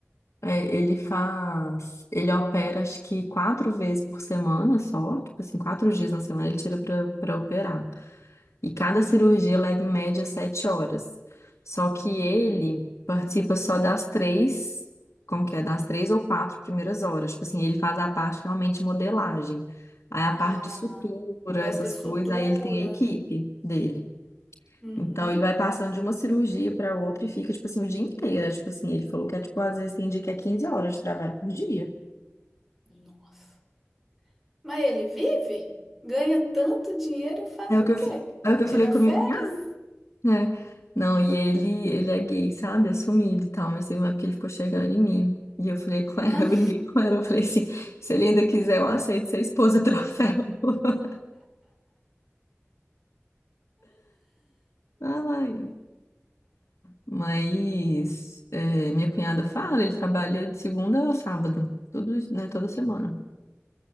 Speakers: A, on the left (about 75°); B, in the centre.
A: É, ele faz, ele opera acho que quatro vezes por semana só, tipo assim, quatro dias na semana ele tira pra, para operar. E cada cirurgia leva em média sete horas. Só que ele participa só das três, como que é? Das três ou quatro primeiras horas. Tipo assim, ele faz a parte realmente de modelagem. Aí a
B: Ah,
A: parte de sutura,
B: o resto
A: essas
B: é sutura.
A: coisas, aí ele tem a equipe dele.
B: Uhum.
A: Então ele vai passando de uma cirurgia para outra e fica, tipo assim, o dia inteiro. É, Tipo assim, ele falou que é, tipo, às vezes tem dia que é 15 horas de trabalho por dia.
B: Nossa. Mas ele vive? Ganha tanto dinheiro e faz
A: É o
B: o
A: que eu,
B: quê?
A: f- é o que
B: Tira
A: eu falei comigo.
B: férias?
A: né? Não, e ele, ele é gay, sabe? Assumido e tal, mas teve uma época que ele ficou chegando em mim. E eu falei com ela,
B: Ah,
A: <laughs> eu briguei com ela, eu falei assim, se ele ainda quiser, eu aceito ser esposa troféu. <laughs> Ai, mas é, minha cunhada fala, ele trabalha de segunda a sábado, todos, né, toda semana.